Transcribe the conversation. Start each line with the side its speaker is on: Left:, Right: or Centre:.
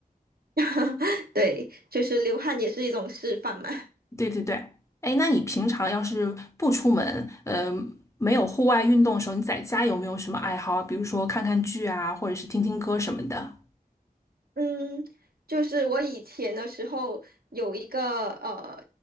Right: <laughs> 对，就是流汗也是一种示范嘛。
Left: 对对对，哎，那你平常要是不出门，呃，没有户外运动的时候，你在家有没有什么爱好啊比如说看看剧啊，或者是听听歌什么的。
Right: 嗯，就是我以前的时候有一个呃